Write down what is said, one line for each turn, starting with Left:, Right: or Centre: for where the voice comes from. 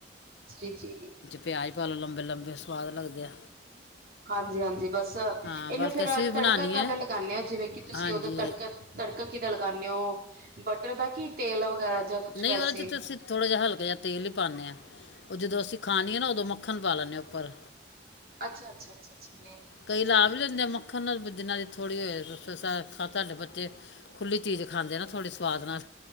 Right: ਜੀ-ਜੀ।
Left: ਪਿਆਜ ਪਾ ਲੋ ਲੰਬੇ-ਲੰਬੇ ਸਵਾਦ ਲੱਗਦੇ ਆ।
Right: ਹਾਂਜੀ-ਹਾਂਜੀ ਬੱਸ ਇਹਨੂੰ
Left: ਹਾਂ ਬਲਕਿ
Right: ਫੇਰ
Left: ਅਸੀਂ ਵੀ
Right: ਤੜਕਾ
Left: ਬਣਾਉਣੀ
Right: ਕਦ
Left: ਹੈ
Right: ਲਗਾਣੇ ਹੋ ਜਿਵੇਂ ਕਿ ਤੁਸੀਂ
Left: ਹਾਂਜੀ
Right: ਉਹਦ ਤੜਕਾ ਤੜਕਾ ਕਿਹਦਾ ਲਗਾਉਣੇ ਓ ਬਟਰ ਦਾ ਕੀ ਤੇਲ ਵਗੈਰਾ ਜਾਂ ਕੁਛ
Left: ਨਹੀਂ
Right: ਵੈਸੇ
Left: ਉਹਦੇ 'ਚ' ਤਾਂ ਥੋੜ੍ਹਾ ਜਿਹਾ ਹਲਕਾ ਜਿਹਾ ਤੇਲ ਹੀ ਪਾਣੇ ਆ ਉਹ ਜਦੋਂ ਅਸੀਂ ਖਾਣੀ ਹੈ ਨਾ ਉਦੋਂ ਮੱਖਣ ਪਾ ਲੈਂਣੇ ਆ ਉੱਪਰ
Right: ਅੱਛਾ-ਅੱਛਾ, ਅੱਛਾ-ਅੱਛਾ, ਨਹੀਂ ਠੀਕ
Left: ਕਈ ਲਾ
Right: ਹੈ
Left: ਵੀ ਲੈਂਦੇ ਮੱਖਣ ਜਿੰਨ੍ਹਾਂ ਦੀ ਥੋੜ੍ਹੀ <unintelligible> ਬੱਚੇ ਖੁੱਲੀ ਚੀਜ਼ ਖਾਂਦੇ ਆ ਨਾ ਥੋੜ੍ਹੀ ਸਆਦ ਨਾਲ,